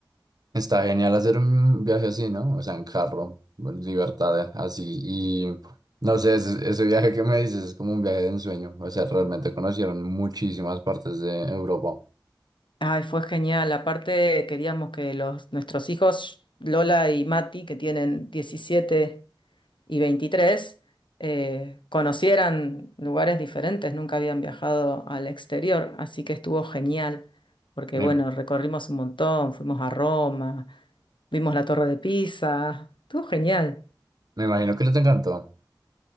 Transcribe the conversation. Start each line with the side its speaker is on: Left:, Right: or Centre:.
Right: Está genial hacer un viaje así, ¿no? O sea, en carro, en libertad, eh, así. Y no sé, ese, ese viaje que me dices es como un viaje de ensueño. O sea, realmente conocieron muchísimas partes de Europa.
Left: Ay, fue genial. Aparte, queríamos que los, nuestros hijos, Lola y Mati, que tienen 17 y 23 eh, conocieran lugares diferentes. Nunca habían viajado al exterior, así que estuvo genial. Porque
Right: Me,
Left: bueno, recorrimos un montón, fuimos a Roma, vimos la Torre de Pisa. Estuvo genial.
Right: me imagino que les encantó.